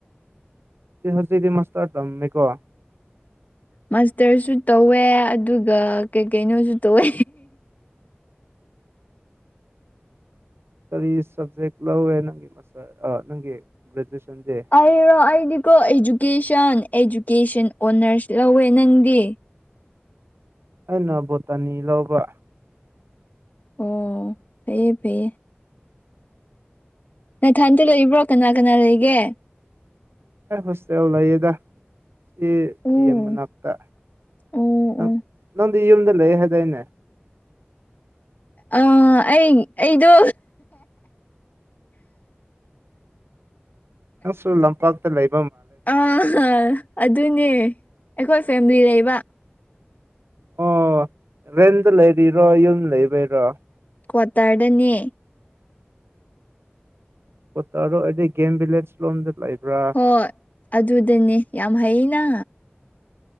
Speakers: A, on the right; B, on the left.
A: ꯍꯁꯤꯗꯤ ꯃꯁ ꯑꯣꯏ ꯇꯝꯃꯦꯀꯣ
B: ꯃꯥꯁꯇꯔꯁꯨ ꯇꯧꯋꯦ ꯑꯗꯨꯒ ꯀꯩ ꯀꯩꯅꯣꯁꯨ ꯇꯧꯋꯦ
A: ꯀꯔꯤ ꯁꯕꯖꯦꯛ ꯂꯧꯋꯦ ꯅꯪꯒꯤ ꯃꯥꯁꯇꯔ ꯅꯪꯒꯤ ꯒ꯭ꯔꯦꯖꯨꯑꯦꯁꯟꯁꯦ
B: ꯑꯩꯔꯣ ꯑꯩꯗꯤꯀꯣ ꯏꯖꯨꯀꯦꯁꯟ ꯑꯦꯖꯨꯀꯦꯁꯟ ꯑꯣꯅꯔꯁ ꯂꯧꯋꯦ ꯅꯪꯗꯤ
A: ꯑꯩꯅ ꯕꯣꯇꯥꯅꯤ ꯂꯧꯕ
B: ꯑꯣ ꯐꯩꯌꯦ ꯐꯩꯌꯦ ꯅꯊꯟꯇ ꯂꯏꯕ꯭ꯔꯣ ꯀꯅꯥ ꯀꯅꯥ ꯂꯩꯒꯦ
A: ꯍꯁꯦ ꯂꯩꯍꯤꯗ ꯑꯦ
B: ꯎꯝ
A: ꯗꯤ ꯑꯦꯝ ꯃꯅꯥꯛꯇ
B: ꯎꯝ
A: ꯅꯪ
B: ꯎꯝ
A: ꯅꯪꯗꯤ ꯌꯨꯝꯗ ꯂꯩ ꯍꯥꯏꯗꯥꯏꯅꯦ
B: ꯑ ꯑꯩ ꯑꯩꯗꯣ
A: ꯅꯪꯁꯨ ꯂꯝꯄꯥꯛꯇ ꯂꯩ
B: ꯑ ꯑꯗꯨꯅꯦ ꯑꯩꯈꯣꯏ ꯐꯦꯃꯤꯂꯤ ꯂꯩꯕ
A: ꯑꯣ ꯔꯦꯟꯗ ꯂꯩꯔꯤꯔꯣ ꯌꯨꯝ ꯂꯩꯕꯩꯔꯣ
B: ꯀ꯭ꯋꯥꯇꯔꯗꯅꯦ
A: ꯣ ꯇꯔꯣ ꯑꯩꯗꯤ ꯒꯦꯝ ꯚꯤꯂꯦꯖ ꯂꯣꯝꯗ ꯂꯩꯕ꯭ꯔꯥ
B: ꯍꯣꯏ ꯑꯗꯨꯗꯅꯦ ꯌꯥꯝ ꯍꯩꯅ